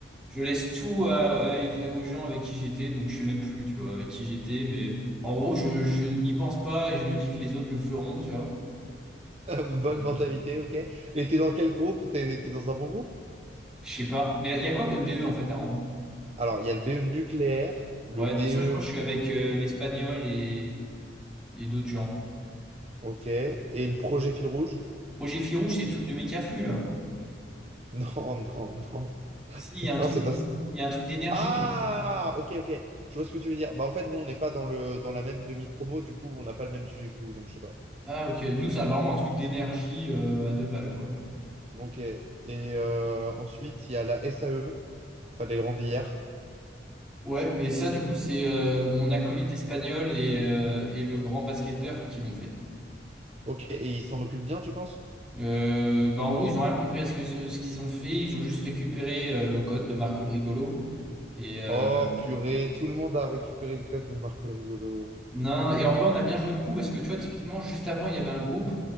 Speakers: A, in the centre; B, on the right.
A: je laisse tout à- avec- aux gens avec qui j'étais, donc je sais même plus, tu vois, avec qui j'étais, mais en gros, je, je n'y pense pas et je me dis que les autres le feront, tu vois.
B: bonne
A: Euh,
B: mentalité, ok. Et t'es dans quel groupe? T'es, t'es dans un bon groupe?
A: je sais pas. Mais il y a quoi comme BE, en fait, à rendre?
B: Alors, il y a le BE nucléaire, le
A: Ouais,
B: BE,
A: donc ça, je crois que je suis avec euh, l'Espagnol et, et d'autres gens.
B: ok, et le projet fil rouge.
A: Projet Fil Rouge, c'est le truc de Mécaflux, là.
B: <laughs> Non, non, non.
A: Si, il y a un
B: Non,
A: truc
B: c'est
A: d'é-
B: pas,
A: il y a un truc d'énergie,
B: Ah,
A: là.
B: ok, ok. Je vois ce que tu veux dire. Bah, en fait, nous, on n'est pas dans le, dans la même demi-promo, du coup, on n'a pas le même sujet que vous, donc je sais pas.
A: Ah, ok. Nous, c'est vraiment un truc d'énergie euh, à deux balles, quoi.
B: Ok. Et euh, ensuite, il y a la SAE. Fallait le rendre hier.
A: Ouais, mais ça, du coup, c'est euh, mon acolyte espagnol et, euh, et le grand basketteur qui l'ont fait.
B: Ok. Et ils s'en occupent bien, tu penses?
A: Euh, bah, en gros, ils ont rien compris à ce que- ce qu'ils ont fait. Ils ont juste récupéré euh, le code de Marco le Rigolo. Et, euh,
B: Oh, purée, tout le monde a récupéré le code de Marco le Rigolo.
A: Non, et en vrai, on a bien joué le coup parce que tu vois, typiquement, juste avant, il y avait un groupe